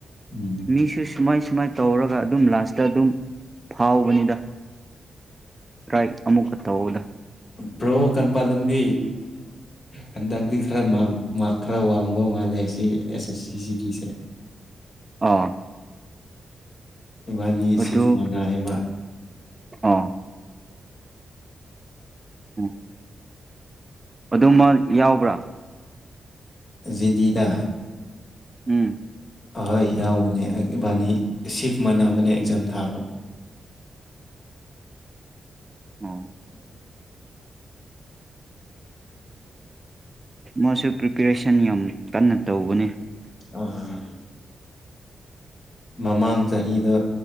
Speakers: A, on the left; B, on the right.
A: ꯎꯝ
B: ꯃꯤꯁꯨ ꯁꯨꯃꯥꯏꯁꯨ ꯁꯨꯃꯥꯏꯅ ꯇꯧꯔꯒ ꯑꯗꯨꯝ ꯂꯥꯁꯇ ꯑꯗꯨꯝ ꯐꯥꯎꯕꯅꯤꯗ ꯇ꯭ꯔꯥꯏ ꯑꯃꯨꯛꯀ ꯇꯧꯕꯗ
A: ꯕ꯭ꯔꯣ ꯀꯟꯄꯂꯝꯕꯤ ꯍꯜꯗꯛꯇꯤ ꯐ꯭ꯔꯃꯥꯡ ꯃꯥꯔ ꯈꯔ ꯋꯥꯡꯕ ꯃꯥꯜꯂꯦ ꯁꯤ ꯑꯦꯁ ꯑꯦꯁ ꯁꯤ ꯁꯤ ꯄꯤꯁꯦ
B: ꯑꯥ
A: ꯏꯕꯥꯅꯤ
B: ꯑꯗꯨ
A: ꯁꯤꯕ ꯃꯅꯥ ꯍꯕ
B: ꯑꯥ ꯎꯝ ꯑꯗꯨꯃ ꯌꯥꯎꯕ꯭ꯔꯥ
A: ꯖꯦꯗꯤꯗ
B: ꯎꯝ
A: ꯑꯍꯣꯏ ꯌꯥꯎꯕꯅꯦ ꯏꯕꯥꯅꯤ ꯁꯤꯐ ꯃꯥꯟꯅꯕꯅꯦ ꯑꯦꯛꯖꯥꯝ ꯊꯥꯕ
B: ꯎ
A: <unintelligible>
B: ꯃꯥꯁꯨ ꯄ꯭ꯔꯤꯄꯦꯔꯦꯁꯟ ꯌꯥꯝ ꯀꯟꯅ ꯇꯧꯕꯅꯤ
A: ꯑꯥ ꯃꯃꯥꯡ ꯆꯍꯤꯗ